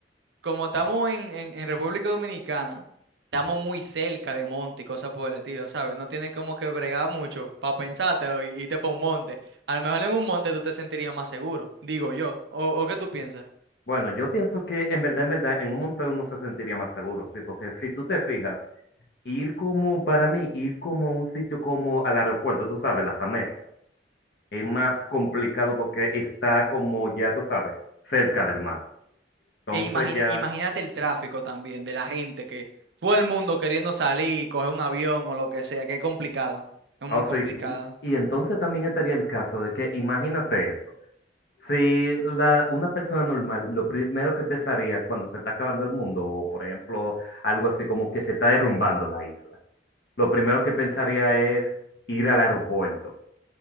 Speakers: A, on the right; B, on the left.
A: como estamos en, en, en República Dominicana, estamos muy cerca de monte y cosas por el estilo, ¿sabes? No tienes como que bregar mucho para pensártelo y irte para un monte. A lo mejor en un monte tú te sentirías más seguro, digo yo. ¿O, o qué tú piensas?
B: Bueno, yo pienso que en verdad, en verdad, en un monte uno se sentiría más seguro, sí, porque si tú te fijas, ir como, para mí, ir como a un sitio como al aeropuerto, tú sabes, las Américas, es más complicado porque está como, ya tú sabes, cerca del mar. Entonces
A: E imagina,
B: ya,
A: imagínate el tráfico también de la gente que todo el mundo queriendo salir, coger un avión o lo que sea, que es complicado, es
B: ah,
A: muy
B: o sea,
A: complicado.
B: y, y entonces también estaría el caso de que, imagínate esto, si la, una persona normal, lo primero que pensaría cuando se está acabando el mundo, o por ejemplo, algo así como que se está derrumbando la isla, lo primero que pensaría es ir al aeropuerto.